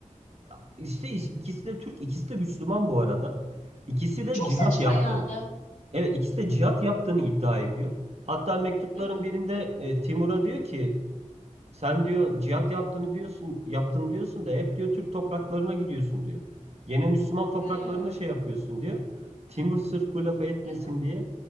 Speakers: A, on the right; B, on the left.
A: Ya işte ikisi de Türk, ikisi de Müslüman bu arada. İkisi de
B: Çok
A: cihat
B: saçma
A: yaptığını.
B: yani.
A: Evet ikisi de cihat yaptığını iddia ediyor. Hatta mektupların
B: Hı hı.
A: birinde e, Timur'a diyor ki sen diyor cihat yaptığını diyorsun, yaptım diyorsun da hep diyor Türk topraklarına gidiyorsun diyor. Gene Müslüman topraklarına
B: Hmm.
A: şey yapıyorsun diyor. Timur sırf bu lafı etmesin
B: Hı hı.
A: diye